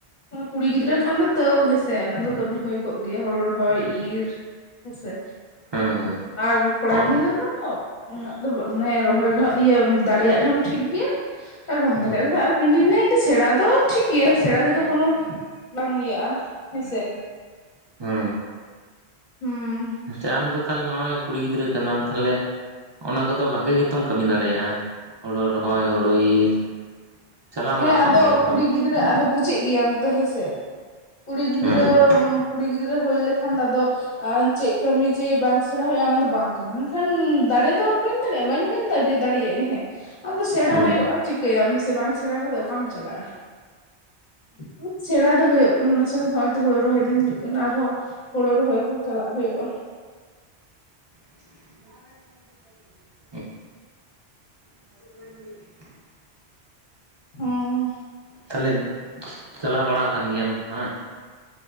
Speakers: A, on the left (about 50°); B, on the right (about 45°).
A: ᱠᱩᱲᱤ ᱜᱤᱫᱽᱨᱟᱹ ᱠᱷᱟᱱ ᱫᱚ ᱛᱟᱣ ᱦᱮᱸᱥᱮ ᱚᱱᱟ ᱫᱚ ᱠᱟᱹᱢᱤ ᱦᱳᱭ ᱠᱚᱜ ᱜᱮᱭᱟ ᱦᱳᱲᱳ ᱨᱚᱦᱚᱭ ᱤᱨ ᱦᱮᱸᱥᱮ
B: ᱦᱮᱸ
A: ᱟᱨ ᱠᱚᱲᱟ
B: ᱦᱮᱸ
A: ᱜᱤᱫᱽᱨᱟᱹ ᱫᱚᱠᱚ ᱩᱱᱟᱹᱜ ᱫᱚ ᱵᱟ-ᱢᱟᱱᱮ ᱨᱚᱦᱚᱭ ᱨᱮᱦᱚᱸ ᱤᱭᱟᱹ ᱫᱟᱲᱮᱭᱟᱜ ᱨᱮᱦᱚᱸᱢ ᱴᱷᱤᱠ ᱜᱮᱭᱟ ᱟᱨ ᱵᱟᱝ
B: ᱦᱮᱸ
A: ᱫᱟᱲᱮᱭᱟᱜ ᱨᱮᱦᱚᱸ ᱤᱧ ᱫᱩᱧ ᱞᱟᱹᱭᱟ ᱤᱧ ᱫᱚ ᱥᱮᱬᱟ ᱫᱚ ᱴᱷᱤᱠ ᱜᱮᱭᱟ ᱥᱮᱬᱟ ᱛᱮᱫᱚ ᱠᱳᱱᱳ ᱵᱟᱝ ᱤᱭᱟᱹᱜᱼᱟ ᱦᱮᱸᱥᱮ ᱾
B: ᱦᱩ ᱾
A: ᱦᱩᱸ ᱾
B: ᱥᱮ ᱟᱢ ᱫᱚ ᱛᱟᱞᱦᱮ ᱱᱚᱜ-ᱚᱭ ᱠᱩᱲᱤ ᱜᱤᱫᱽᱨᱟᱹ ᱠᱟᱱᱟᱢ ᱛᱟᱞᱦᱮ ᱚᱱᱟ ᱠᱚᱫᱚ ᱵᱷᱟᱜᱮᱹ ᱜᱮᱛᱚᱢ ᱠᱟᱹᱢᱤ ᱫᱟᱲᱮᱭᱟᱜᱼᱟ? ᱫᱟᱲᱮᱭᱟᱜᱼᱟ ᱦᱳᱲᱳ ᱨᱚᱦᱚᱭ ᱦᱳᱲᱳ ᱤᱨ ᱪᱟᱞᱟᱣ ᱵᱟᱲᱟ
A: ᱦᱮᱸ
B: ᱟᱠᱟᱱ
A: ᱟᱫᱚ
B: ᱜᱮᱭᱟᱢ ᱛᱚ
A: ᱠᱩᱲᱤ ᱜᱤᱫᱽᱨᱟᱹᱼᱼ ᱟᱫᱚ ᱵᱩᱡᱟᱹᱜ ᱜᱮᱭᱟᱢ ᱛᱚ ᱦᱮᱸᱥᱮ ᱠᱩᱲᱤ ᱜᱤᱫᱽᱨᱟᱹ
B: ᱦᱩᱸ
A: ᱠᱩᱲᱤ ᱜᱤᱫᱽᱨᱟᱹ ᱦᱩᱭ ᱞᱮᱠᱷᱟᱱ ᱟᱫᱚᱼᱼ <unintelligible> ᱪᱮᱫ ᱠᱟᱹᱢᱤ ᱡᱮ ᱵᱟᱝ ᱥᱮᱬᱟ ᱦᱩᱭᱩᱜᱼᱟ ᱚᱱᱟ ᱫᱚ ᱵᱟᱝ ᱠᱟᱱᱟ ᱢᱮᱱ ᱠᱷᱟᱱ ᱫᱟᱲᱮ ᱫᱚ ᱵᱟᱹᱧ ᱫᱟᱲᱮᱭᱟᱜᱼᱟ ᱵᱟᱹᱧ ᱢᱮᱱ ᱮᱫᱟ ᱡᱮ ᱫᱟᱲᱮᱭᱟᱜ ᱟᱹᱧ ᱦᱮᱸ ᱟᱫᱚ ᱥᱮᱬᱟ
B: ᱦᱩᱸ
A: ᱦᱩᱭᱩᱜᱼᱟ ᱪᱤᱠᱟᱹᱭ ᱟᱢ ᱥᱮ ᱵᱟᱝ ᱥᱮᱬᱟ ᱠᱟᱛᱮ ᱚᱠᱟᱢ ᱪᱟᱞᱟᱜᱼᱟ <unintelligible> ᱥᱮᱬᱟ ᱫᱚ ᱦᱩᱭᱩᱜ ᱱᱟᱥᱮᱱᱟᱜ ᱦᱚᱸᱜᱼᱚ ᱦᱳᱲᱳ ᱨᱚᱦᱚᱭ ᱫᱤᱱ ᱦᱤᱡᱩᱜ ᱠᱟᱱᱟ ᱟᱨᱦᱚᱸ ᱦᱳᱲᱳ ᱨᱚᱦᱚᱭ ᱠᱚ ᱪᱟᱞᱟᱜ ᱦᱩᱭᱩᱜᱼᱟ
B: <unintelligible> <inaudible>
A: ᱦᱩᱸᱻ
B: ᱛᱟᱦᱚᱞᱮ ᱪᱟᱞᱟᱣ ᱵᱟᱲᱟ ᱟᱠᱟᱱ ᱜᱮᱭᱟᱢ ᱦᱟᱸᱜ